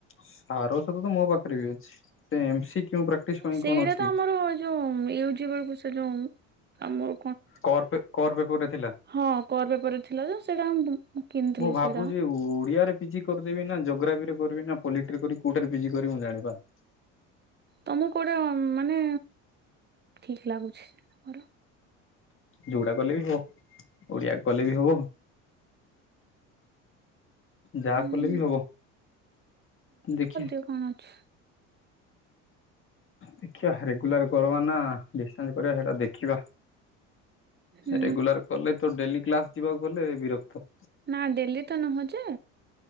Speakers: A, on the left; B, on the right.
A: ସାରସ୍ଵତ ତ ମ ପାଖରେ ବି ଅଛି ଟେ ଏମ ସି କ୍ୟୁ କେଉଁ ପ୍ରାକ୍ଟିସ ପାଇଁ
B: ସେଇଟା
A: କଣ ଅଛି?
B: ତ ଆମର ଯୋଉ ୟୁଜି ବେଳକୁ ସେ ଯୋଉ ଆମ
A: କଡ୍‌ ପେ କର୍ ପେକ୍ ଗୋଟେ ଥିଲା।
B: ହଁ କଡ୍‌ ପେପର ରେ ଥିଲା ଯେ ସେଇଟା ବୁ ମୁଁ କିନ୍‌ଥିଲି
A: ମୁଁ ଭାବୁଛି
B: ସେଇଡ଼ା।
A: ଓଡିଆରେ ପିଜି କରିଦେବି ନା ଜୋଗ୍ରାଫିରେ କରିବି ନା ପଲିଟିରେ କରିବି କୋଉଟାରେ ପିଜି କରିବି ମୁଁ ଜାଣିପାନ୍‌
B: ତମୁକ୍ କୋଉଡା ମାନେ ଠିକ୍ ଲାଗୁଛି ତ କର।
A: ଯୋଉଡା କଲେ ବି ହବ ଓଡିଆ କଲେ ବି ହବ ଯାହା
B: ହୁଁ
A: କଲେ ବି ହବ ଦେଖିଆ।
B: ବେ କଣ ଅଛି?
A: ଦେଖିବା ରେଗୁଲାର କରବା ନା ଡିଷ୍ଟାନ୍ସ କରିଆ ସେଇଟା ଦେଖିବା।
B: ହୁଁ
A: ରେଗୁଲାର କଲେ ତ ଡେଲି କ୍ଲାସ ଯିବାକୁ ଗଲେ ବିରକ୍ତ।
B: ନା ଡେଲି ତ ନୁହ ଯେ